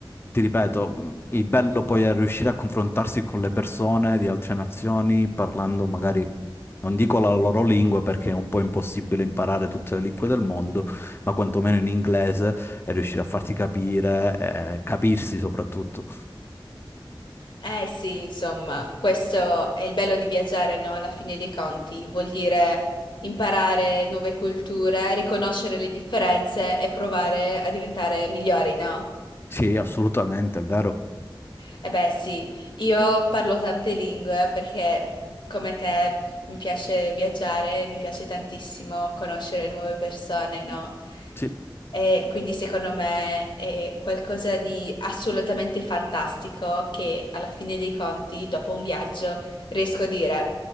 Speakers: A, on the left; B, on the left.
A: ti ripeto, mh, il bello poi è riuscire a confrontarsi con le persone di altre nazioni parlando magari, non dico la loro lingua perché è un po' impossibile imparare tutte le lingue del mondo, ma quantomeno in inglese e riuscire a farti capire, eh, capirsi soprattutto.
B: Eh sì, insomma, questo è il bello di viaggiare, no? Alla fine dei conti, vuol dire imparare nuove culture, riconoscere le differenze e provare a diventare migliori, no?
A: Sì, assolutamente, è vero.
B: Eh beh, sì, io parlo tante lingue perché come te mi piace viaggiare, mi piace tantissimo conoscere nuove persone, no?
A: Sì,
B: E quindi secondo me è qualcosa di assolutamente fantastico che alla fine dei conti, dopo un viaggio, riesco a dire,